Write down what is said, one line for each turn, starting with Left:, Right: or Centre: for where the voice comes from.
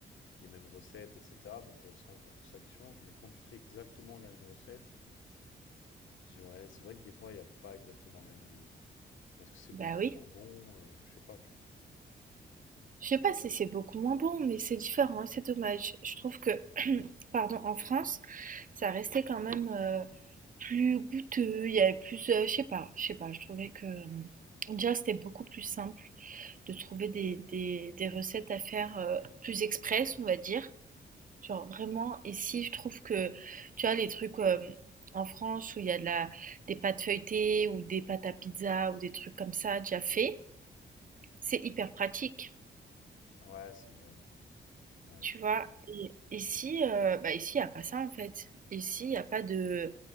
Left: les mêmes recettes, etc. Donc, il y a aussi un, un peu ça qui change. Mais quand tu fais exactement la même recette, je dirais, c'est vrai que des fois, il n'y a pas exactement le même goût. Mais est-ce que c'est beaucoup
Right: bah, oui,
Left: moins bon? Euh, je sais pas, tu vois.
Right: je sais pas si c'est beaucoup moins bon, mais c'est différent et c'est dommage. Je trouve que, pardon, en France, ça restait quand même, heu, plus goûteux, il y avait plus, heu, je sais pas, je sais pas, je trouvais que, mmh, déjà, c'était beaucoup plus simple. de trouver des, des, des recettes à faire euh, plus express, on va dire. Genre vraiment, et si je trouve que, tu vois, les trucs euh, en France où il y a de la, des pâtes feuilletées ou des pâtes à pizza ou des trucs comme ça déjà faits, c'est hyper pratique,
Left: Ouais, c'est vrai. Ouais.
Right: tu vois. Et ici, euh, bah ici, il n'y a pas ça en fait. Ici, il n'y a pas de,